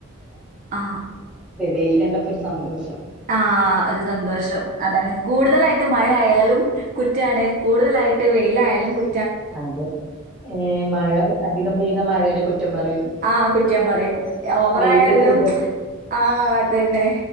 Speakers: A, on the right; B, in the centre.
A: ആഹ
B: വെയിലേണ്ടപ്പോ ഒരു സന്തോഷം
A: ആഹ് ഒരു സന്തോഷം അതാണ് കൂടുതലായിട്ട് മഴ ആയാലും കുറ്റാണ് കൂടുതലായിട്ട് വെയിലായാലും കു
B: അതെ ഏ മഴ അധികം പെയ്ത മഴേനെ കുറ്റം പറയും
A: ആ കുറ്റം പറയും ഓവറായാലും
B: വെയില് കൂടുതൽ
A: ആ അതന്നെ